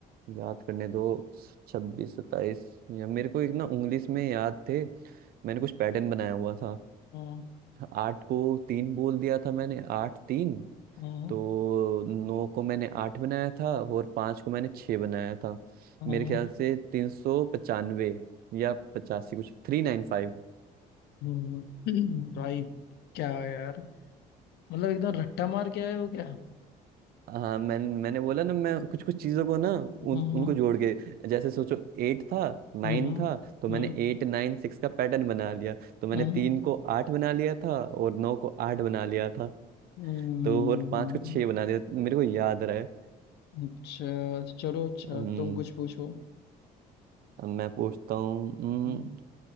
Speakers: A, on the right; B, on the left.
A: याद करने दो छब्बीस सत्ताईस या मेरे को एक ना इंग्लिश में याद थे मैंने कुछ पैटर्न बनाया हुआ था
B: हम्म
A: आठ को तीन बोल दिया था मैंने आठ तीन
B: हम्म,
A: तो नौ को मैंने आठ बनाया था और पाँच को मैंने छः बनाया था
B: हम्म,
A: मेरे ख्याल से तीन सौ पचानवे या पचासी कुछ थ्री नाइन फाइव
B: हम्म, हम्म। भाई क्या यार मतलब एकदम रट्टा मार के आए हो क्या
A: हाँ मैं मैंने बोला ना मैं कुछ कुछ चीजों को ना उन,
B: हम्म
A: उनको जोड़ के जैसे सोचो एट था नाइन
B: हम्म
A: था तो मैंने
B: हम्म
A: एट नाइन सिक्स का पैटर्न बना लिया तो मैंने
B: हम्म
A: तीन को आठ बना लिया था और नौ को आठ बना लिया था
B: हम्म
A: तो और पांच
B: हम्म,
A: को छह बना लिया मेरे को याद रहा है
B: अच्छा चलो अच्छा
A: हम्म,
B: तुम कुछ पूछो
A: अब मैं पूछता हूँ हम्म,
B: हम्म